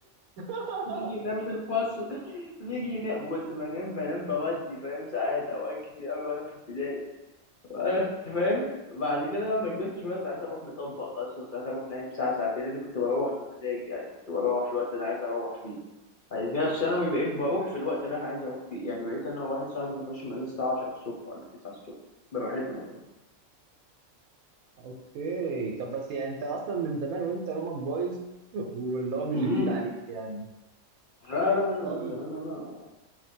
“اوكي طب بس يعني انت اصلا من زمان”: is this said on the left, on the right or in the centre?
Right